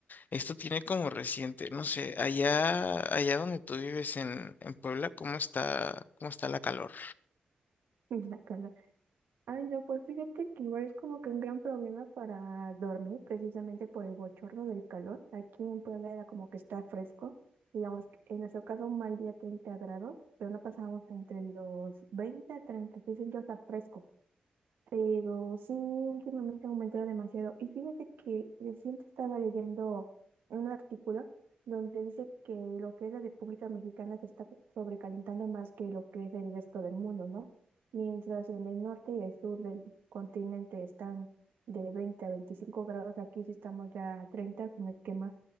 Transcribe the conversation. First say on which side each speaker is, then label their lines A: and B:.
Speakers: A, on the left; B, on the right.
A: esto tiene como reciente, no sé, allá, allá donde tú vives en, en Puebla, ¿cómo está, cómo está la calor?
B: <laughs> Y La cara. Ay, no, pues fíjate que igual es como que un gran problema para dormir, precisamente por el bochorno del calor. Aquí en Puebla era como que está fresco, digamos, que en nuestro caso un mal día 30 grados, pero no pasábamos entre los 20 a 36, entonces está fresco. Pero sí, últimamente ha aumentado demasiado. Y fíjate que recién estaba leyendo un artículo donde dice que lo que es la República Mexicana se está sobrecalentando más que lo que es el resto del mundo, ¿no? Mientras en el norte y el sur del continente están de 20 a 25 grados, aquí sí estamos ya a 30, si no es que más.